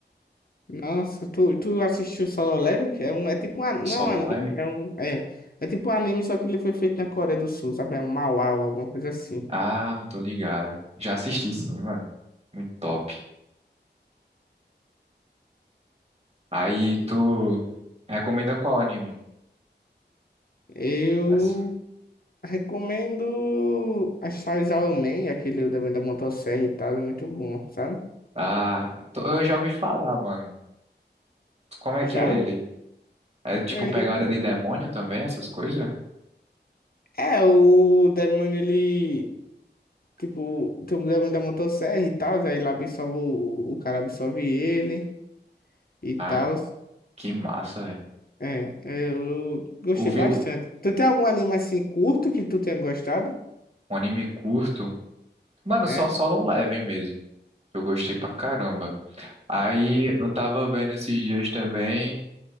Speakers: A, on the left; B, on the right.
A: Nossa, tu, tu assistiu Solo Leveling? É um, é tipo um, an- não
B: Solo
A: é um anime,
B: Leveling?
A: é um, é, é tipo um anime, só que ele foi feito na Coreia do Sul, sabe? É um manhwa ou alguma coisa assim.
B: Ah, tô ligado. Já assisti sim, mano. Muito top. Aí tu recomenda qual anime?
A: Eu
B: Assim.
A: recomendo a Chainsaw Man, aquele também da motosserra e tal, é muito bom, sabe?
B: Ah, tô- eu já ouvi falar, mano. Como é
A: Já?
B: que é ele? É tipo
A: Ele,
B: pegada de demônio também, essas coisas?
A: é, o demônio, ele, tipo, tem o demônio da motosserra e tal, aí lá absorve o, o cara absorve ele e tal.
B: Ah, que massa, velho.
A: É, é, eu gostei
B: O vil...
A: bastante. Tu tem algum anime assim curto que tu tenha gostado?
B: Um anime curto. Mano,
A: É?
B: só Solo Leveling mesmo. Eu gostei pra caramba. Aí eu tava vendo esses dias também